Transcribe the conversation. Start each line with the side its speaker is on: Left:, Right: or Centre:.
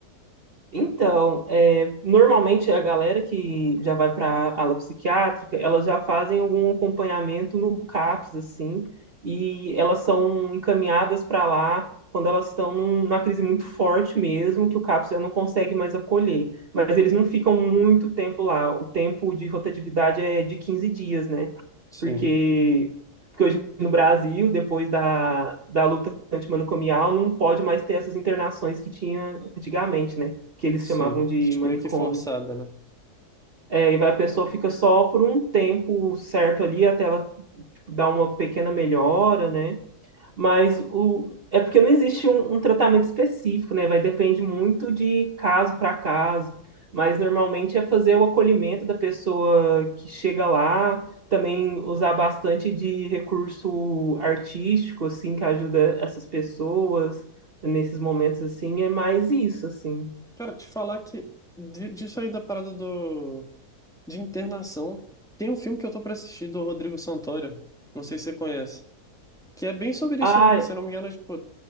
Right: Então, é, normalmente a galera que já vai para a ala psiquiátrica, elas já fazem algum acompanhamento no CAPS, assim, e elas são encaminhadas para lá quando elas estão num- numa crise muito forte mesmo, que o CAPS já não consegue mais acolher. Mas eles não ficam muito tempo lá, o tempo de rotatividade é de 15 dias, né?
Centre: Sim,
Right: porque, porque hoje no Brasil, depois da, da luta antimanicomial, não pode mais ter essas internações que tinha antigamente, né? Que eles
Centre: sim.
Right: chamavam de
Centre: Que, tipo,
Right: manicômio.
Centre: meio que forçada, né?
Right: É, e vai, a pessoa fica só por um tempo certo ali, até ela tipo, dar uma pequena melhora, né? Mas o... é porque não existe um, um tratamento específico, né? Vai depende muito de caso para caso. Mas normalmente é fazer o acolhimento da pessoa que chega lá, também usar bastante de recurso artístico, assim, que ajuda essas pessoas nesses momentos, assim, é mais isso, assim.
Centre: Cara, te falar que di- disso aí da parada do de internação, tem um filme que eu tô pra assistir do Rodrigo Santoro, não sei se você conhece, que é bem sobre
Right: Ah,
Centre: isso aí, se eu não me engano, é tipo,